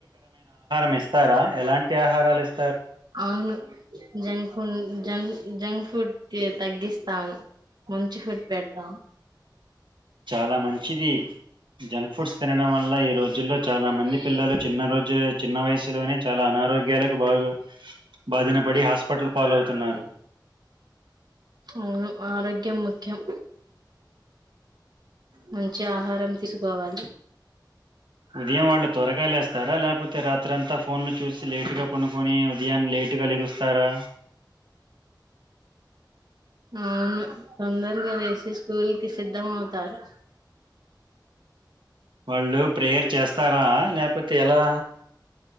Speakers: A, on the right; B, on the right.
A: మేస్తారా ఎలాంటి ఆహారాలు ఇస్
B: అవును జంక్ ఫుడ్ జం జంక్ ఫుడ్ ది తగ్గిస్తాను మంచి ఫుట్ పెడతా
A: చాలా మంచిది జంక్ ఫుడ్స్ తినడం వల్ల ఏక్ ఈ రోజుల్లో చాలా మంది పిల్లలు చిన్న రోజు చిన్న వయసులోనే చాలా అనారోగ్యాలకు బాగు బాధిన పడి హాస్పిటల్ పాలవుతున్నారు
B: అవును ఆరోగ్యం ముఖ్యం మంచి ఆహారం తీసుకోవాలి
A: ఉదయం వాళ్ళు త్వరగా లేస్తారా లేకపోతే రాత్రి అంతా పో ఫోన్లు చూసి లేటుగా పనుకొని ఉదయం లేటుగా లెగుస్తారా
B: అవును తొందరగా లేసి స్కూల్ కి సిద్ధం అవుతారు
A: వాళ్ళు ప్రేయర్ చేస్తారా లేకపోతే ఎలా